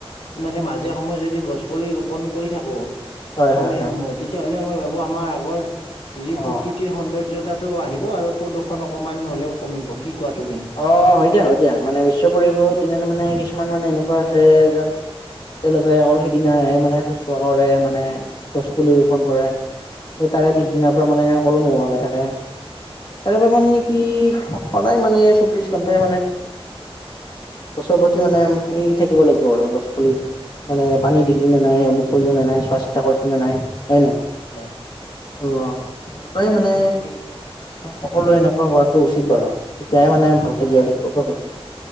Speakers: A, on the left; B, on the left.
A: মানে মাজে সময়ে যদি গছ পুলি ৰোপন কৰি থাকো,
B: হয়
A: সময়ে
B: হয় হয়
A: সময়ে তেতিয়াহলে মই ভাবো আমাৰ আগৰ যি
B: অ
A: প্ৰক সৌন্দৰ্যতাটো আহিব আৰু প্ৰদূষণ অকণমান হ'লেও কমিব কি কোৱা তুমি?
B: অ', হয় দিয়া, হয় দিয়া মানে বিশ্ব পৰিৱেশৰ দিনত মানে কিছুমান মানে এনেকুৱা আছে যেন তেওঁলোকে অকল সিদিনে মানে শুশ্ৰূষ কৰে, মানে গছ পুলি ৰোপন কৰে। কিন্ত তাৰে পিছদিনৰাৰ পৰা মানে সকলো নোহোৱা হৈ থাকে। তাৰে পৰা মানে নেকি সদায় মানে চৌবিশ ঘন্টাই মানে গছৰ প্ৰতি মানে হেৰি থাকিব লাগিব আৰু গছ পুলি মানে পানী দিলো নে নাই, অমুক কৰিলোঁ নে নাই, চোৱা চিতা কৰিছোঁ নে নাই, হয় নে নাই?
A: হয়।
B: অহ তেনেকুৱাই মানে
A: তাকেই
B: সকলোৱে এনেকুৱা হোৱাটো উচিত বাৰু তেতিয়াই মানে ভালকে
A: হয়
B: জীয়াই
A: হয়
B: থাকিব প্ৰকৃতি